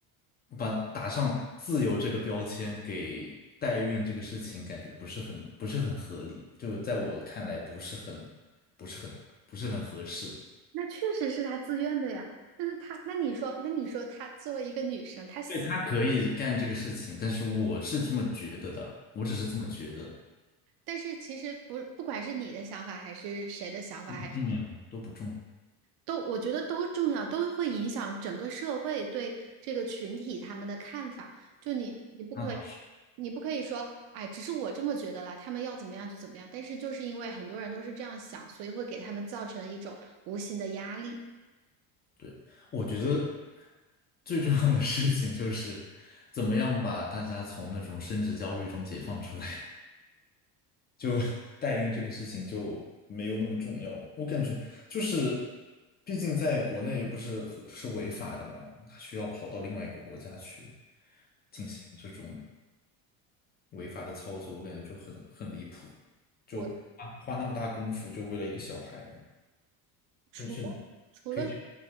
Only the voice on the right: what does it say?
<laughs> 那确实是他自愿的呀。但是他，那你说，那你说他作为一个女生，她想，
但是其实不，不管是你的想法还是谁的想法，
还是。
都我觉得都重要，都会影响整个社会对这个群体他们的看法。就你，你不可以，
你不可以说，哎，只是我这么觉得啦，他们要怎么样就怎么样。但是就是因为很多人都是这样想，所以会给他们造成一种无形的压力。
我除了除了说